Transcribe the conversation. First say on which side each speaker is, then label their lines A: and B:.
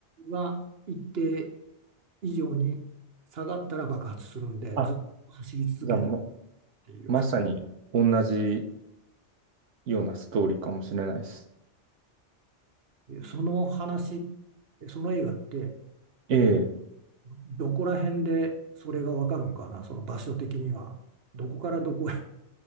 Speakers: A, on the right; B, on the right.
A: は一定以上に下がったら爆発するんでずっと走り続けないっ
B: あ、じゃあま、
A: ていう
B: まさに同じようなストーリーかもしれないです。
A: その話その映画って
B: ええ
A: どこら辺でそれがわかるんかなその場所的にはどこからどこへ